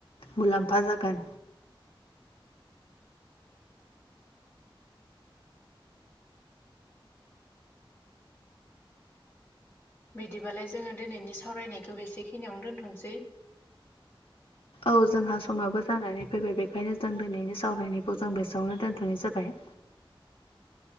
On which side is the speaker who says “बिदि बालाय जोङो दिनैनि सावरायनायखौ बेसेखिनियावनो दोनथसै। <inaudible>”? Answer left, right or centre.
Left